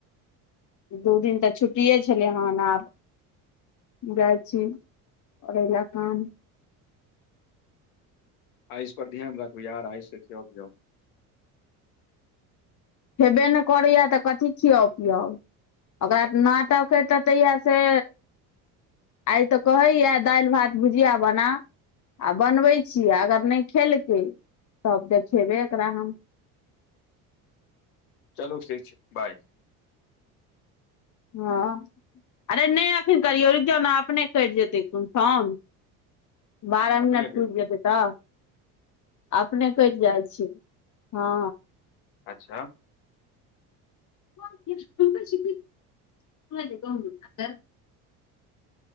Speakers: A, on the left; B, on the left.
A: दू दिन तऽ छुट्टिए छलै हेन आब जाइ छी करैला कान
B: आयूस पर ध्यान रखू यार आयूस के खिआउ पियोउ
A: खैबे नय करैय तऽ कथी खियाउ पिआउ ओकरा नाटकके तते याऽसे आइ तऽ कहैये दालि भात भुजिया बना आ बनबैत छीयै अगर नय खेलकै तब देखेबै एकरा हम
B: चलू ठीक छै बाय
A: हँ अरे नय अखन करियौ अपने कटि जेतै फौन बारह
B: अपने
A: मिनट पुर
B: के
A: जेतै तऽ अपने कइट जाइ छै हँ
B: अच्छा
A: <inaudible>